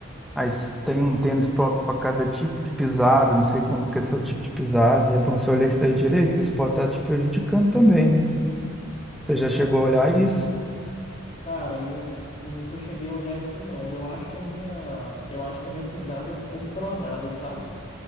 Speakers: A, in the centre; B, on the left (about 35°).
A: Aí s- tem um tênis próprio pra cada tipo de pisada, não sei como que é seu tipo de pisada. É bom você olhar isso daí direito, que isso pode estar te prejudicando também, né?
B: Ah,
A: Você já chegou
B: tá.
A: a olhar isso?
B: Cara, eu nunca cheguei a olhar isso, não. Eu acho que a minha, eu acho que a minha pisada é um pouco pronada, sabe?